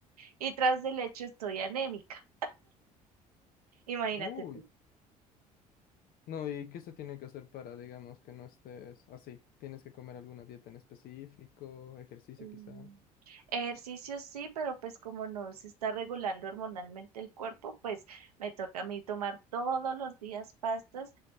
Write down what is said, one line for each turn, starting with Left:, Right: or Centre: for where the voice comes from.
Right: Y tras del hecho estoy anémica. Imagínate
Left: Uy.
Right: tú.
Left: No, ¿y qué se tiene que hacer para, digamos, que no estés así? ¿Tienes que comer alguna dieta en específico? ¿Ejercicio
Right: Mm,
Left: quizá?
Right: Ejercicio sí, pero pues como no se está regulando hormonalmente el cuerpo, pues me toca a mí tomar todos los días pastas.